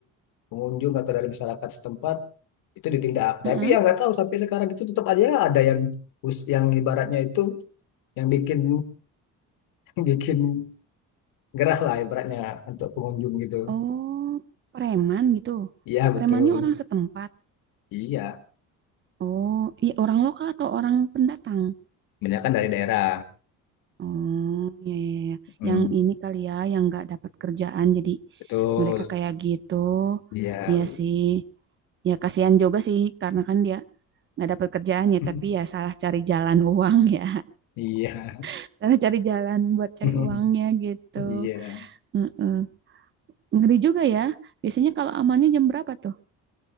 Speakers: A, on the left; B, on the right.
A: pengunjung atau dari masyarakat setempat itu ditindak tapi
B: Heeh.
A: ya nggak tahu sampai sekarang itu tetap aja ada yang us- yang ibaratnya itu yang bikin <laughs> bikin gerah lah ibaratnya untuk pengunjung gitu
B: Oh preman gitu.
A: iya betul
B: Premannya orang setempat.
A: iya
B: Oh iya orang lokal atau orang pendatang?
A: banyak kan dari daerah
B: Oh ya, iya, iya.
A: Hmm,
B: Yang ini kali ya yang nggak dapat kerjaan jadi
A: betul
B: mereka kayak gitu.
A: iya
B: Iya sih. Ya kasihan juga sih karena kan dia nggak dapat kerjaannya
A: <laughs>
B: tapi ya salah cari jalan uang ya
A: iya
B: <laughs> salah cari jalan buat cari
A: <laughs>
B: uangnya gitu
A: iya
B: Mm-mm. ngeri juga ya biasanya kalau amannya jam berapa tuh